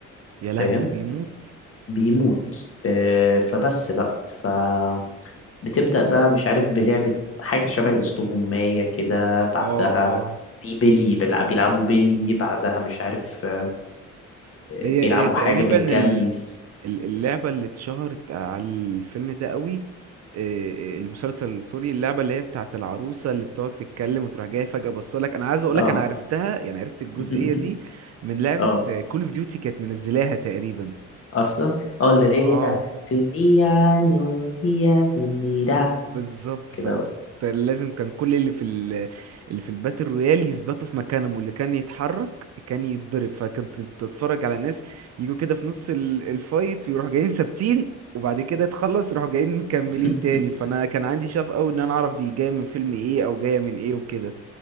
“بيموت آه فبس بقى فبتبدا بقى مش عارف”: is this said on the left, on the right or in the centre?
Left